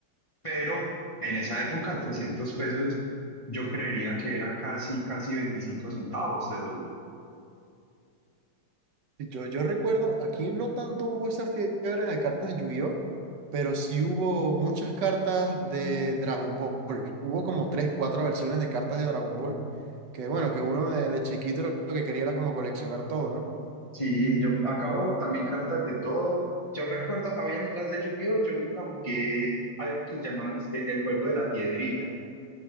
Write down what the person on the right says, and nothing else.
Yo, yo recuerdo, aquí no tanto hubo esa fiebre de cartas de Yu-Gi-Oh, pero sí hubo muchas cartas de Dragon Ball. Hubo como tres, cuatro versiones de cartas de Dragon Ball, que bueno, que uno de, de chiquito lo que quería era como coleccionar todo, ¿no?